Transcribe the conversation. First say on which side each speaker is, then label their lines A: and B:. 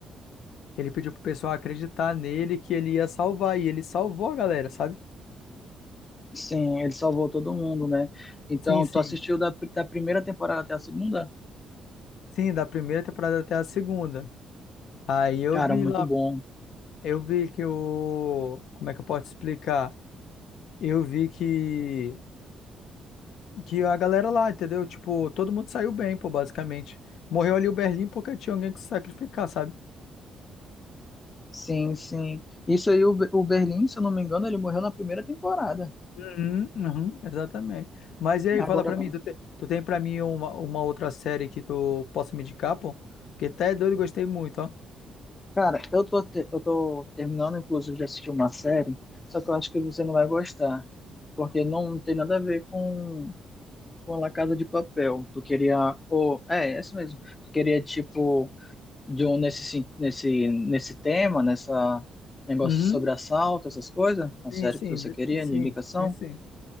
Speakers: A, on the left; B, on the left.
A: Ele pediu pro pessoal acreditar nele que ele ia salvar, e ele salvou a galera, sabe?
B: Sim, ele salvou todo mundo, né? Então,
A: Sim, sim.
B: tu assistiu da, da primeira temporada até a segunda?
A: Sim, da primeira temporada até a segunda. Aí eu
B: Cara,
A: vi
B: muito
A: lá,
B: bom.
A: eu vi que o. Como é que eu posso explicar? Eu vi que. Que a galera lá, entendeu? Tipo, todo mundo saiu bem, pô, basicamente. Morreu ali o Berlim porque tinha alguém que se sacrificar, sabe?
B: Sim, sim. Isso aí, o, Be- o Berlim, se eu não me engano, ele morreu na primeira temporada.
A: Uhum, uhum. Exatamente. Mas e aí,
B: Agora
A: fala pra
B: não.
A: mim, tu, te- tu tem pra mim uma, uma outra série que tu possa me indicar, pô? Porque até é doido, gostei muito, ó.
B: Cara, eu tô, te- eu tô terminando, inclusive, de assistir uma série, só que eu acho que você não vai gostar. Porque não tem nada a ver com, com a La Casa de Papel. Tu queria. Ou, é, é isso mesmo. Tu queria, tipo, de um, nesse, sim- nesse, nesse tema, nessa negócio
A: Uhum.
B: sobre assalto, essas coisas? A série
A: Sim, sim,
B: que você
A: de-
B: queria,
A: sim,
B: de indicação?
A: sim, sim.